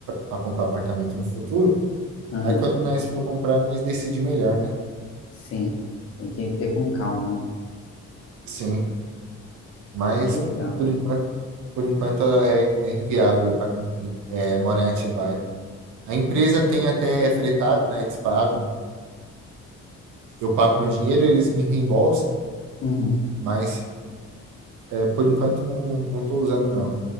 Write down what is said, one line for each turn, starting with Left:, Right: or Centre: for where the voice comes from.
Right: para comprar apartamento no futuro.
Left: Ah,
Right: Aí quando nós for comprar, nós decide melhor, né?
Left: sim. Tem que ter com calma, né?
Right: Sim, mas
Left: Mas Que legal.
Right: por enquanto, por enquanto é, é inviável ir para Campi, é, morar em Atibaia. A empresa tem até fretado, né? Eles pagam. Eu pago meu dinheiro, eles me reembolsam,
Left: Uhum.
Right: mas é, por enquanto não não estou usando não.